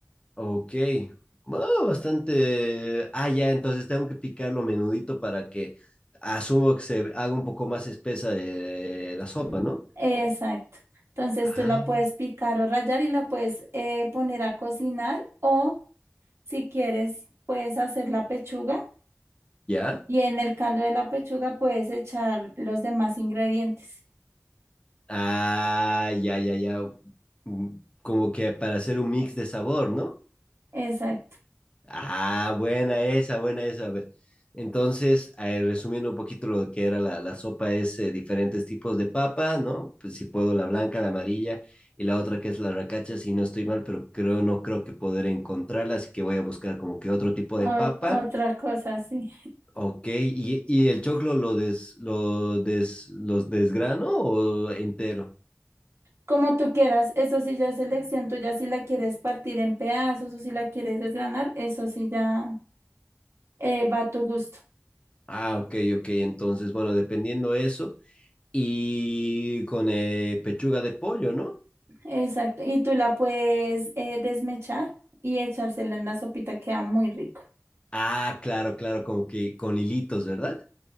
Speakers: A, on the left; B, on the right.
A: Ok, Bueno, bastante. Ah, ya, entonces tengo que picarlo menudito para que asumo que se haga un poco más espesa eh, la sopa,
B: Mm,
A: ¿no?
B: Exacto. Entonces
A: Ah,
B: tú la puedes picar o rallar y la puedes eh, poner a cocinar o si quieres puedes hacer la pechuga
A: ya.
B: y en el caldo de la pechuga puedes echar los demás ingredientes.
A: Ah, ya, ya, ya. Mm, Como que para hacer un mix de sabor, ¿no?
B: Exacto.
A: Ah, buena esa, buena esa. A ver, entonces, eh, resumiendo un poquito lo que era la, la sopa, es eh, diferentes tipos de papa, ¿no? Pues si puedo, la blanca, la amarilla y la otra que es la racacha, si no estoy mal, pero creo, no creo que poder encontrarla, así que voy a buscar como que otro tipo
B: O-
A: de papa.
B: otra cosa, sí.
A: Ok, ¿y, y el choclo lo des, lo des, los desgrano o entero?
B: Como tú quieras, eso sí ya es elección tuya, si la quieres partir en pedazos o si la quieres desgranar, eso sí ya eh, va a tu gusto.
A: Ah, ok, ok, entonces, bueno, dependiendo eso, y con eh, pechuga de pollo, ¿no?
B: Exacto. Y tú la puedes eh, desmechar y echársela en la sopita, queda muy rico.
A: Ah, claro, claro, como que con hilitos, ¿verdad?